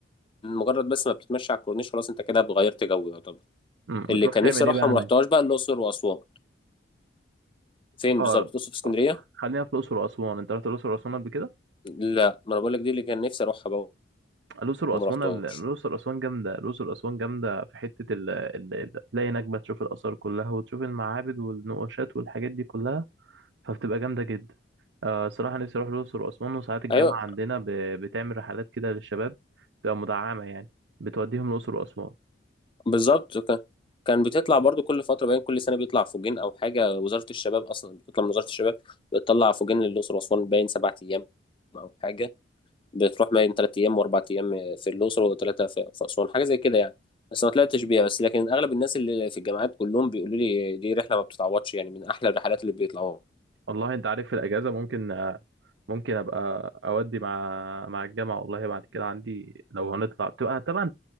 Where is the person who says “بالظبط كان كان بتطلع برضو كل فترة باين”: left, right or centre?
Left